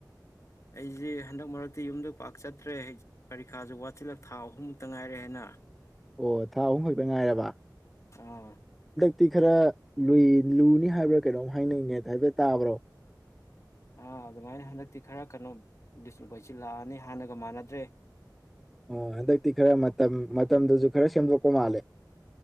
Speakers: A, on the left (about 40°); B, in the centre.
A: ꯑꯩꯁꯦ ꯍꯟꯗꯛ ꯃꯔꯛꯇꯤ ꯌꯨꯝꯗ ꯄꯥꯛ ꯆꯠꯇ꯭ꯔꯦ ꯄꯥꯔꯤꯈꯁꯨ ꯋꯥꯠꯁꯤꯜꯂꯛ ꯊꯥ ꯑꯍꯨꯝꯃꯨꯛꯇ ꯉꯥꯏꯔꯦ ꯍꯥꯏꯅ
B: ꯑꯣ ꯊꯥ ꯑꯍꯨꯝ ꯈꯛꯇ ꯉꯥꯏꯔꯕ
A: ꯑꯥ
B: ꯇꯤ ꯈꯔ ꯂꯨꯏ ꯂꯨꯅꯤ ꯍꯥꯏꯕ꯭ꯔꯥ ꯀꯩꯅꯣꯝ ꯍꯥꯏꯅꯩꯅꯦ ꯍꯥꯏꯐꯦꯠ ꯇꯥꯕꯔꯣ
A: ꯑꯥ ꯑꯗꯨꯃꯥꯏꯅ ꯍꯟꯗꯛꯇꯤ ꯈꯔ ꯀꯩꯅꯣ <unintelligible> ꯂꯥꯛꯑꯅꯤ ꯍꯥꯟꯅꯒ ꯃꯥꯟꯅꯗ꯭ꯔꯦ꯫
B: ꯑꯣ ꯍꯟꯗꯛꯇꯤ ꯈꯔ ꯃꯇꯝ ꯃꯇꯝꯗꯖꯨ ꯈꯔ ꯁꯦꯝꯗꯣꯛꯄ ꯃꯥꯜꯂꯦ꯫